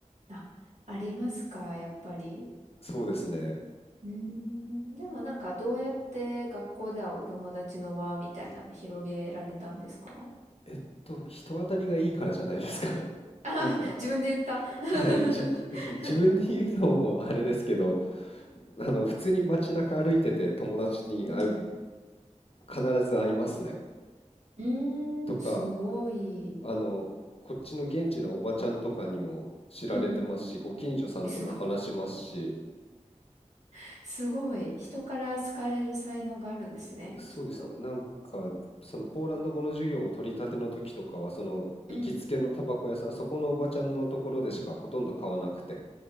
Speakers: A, on the right; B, on the left.
A: あ、ありますか、やっぱり。
B: そうですね。
A: うーん、でもなんかどうやって学校ではお友達の輪みたいなの広げられたんですか
B: えっと、人当たりがいいからじゃないですかね。<laughs> なんか、
A: <laughs> 自分で言った。
B: あはい、
A: <laughs>
B: じ、<laughs> 自分で言うのもあれですけど、あの、普通に街中歩いてて友達に会う、
A: うん。
B: 必ず会いますね。
A: うーん、
B: とか、
A: すごい。
B: あの、こっちの現地のおばちゃんとかにも知られてますし、
A: うん。
B: ご近所さんとも話しますし、
A: え、すご、<laughs> すごい。人から好かれる才能があるんですね、
B: そうです。
A: きっと。
B: なんか、そのポーランド語の授業を取り立ての時とかは、その行きつけのタバコ屋さん、
A: うん。
B: そこのおばちゃんのところでしかほとんど買わなくて、